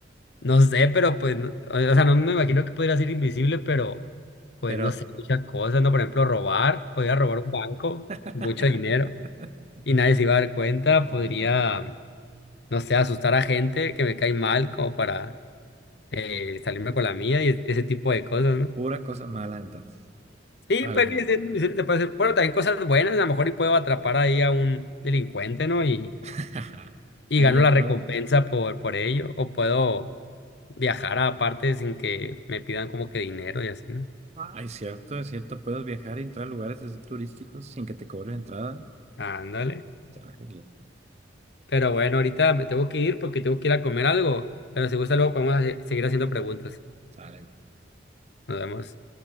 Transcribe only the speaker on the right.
Pero...
<laughs>
Ah,
Pura cosa mala entonces.
Alguien.
<laughs>
Ahí
otro.
Ay, cierto, es cierto. Puedes viajar y entrar a lugares así turísticos sin que te cobren entrada.
Sácalo.
Sale,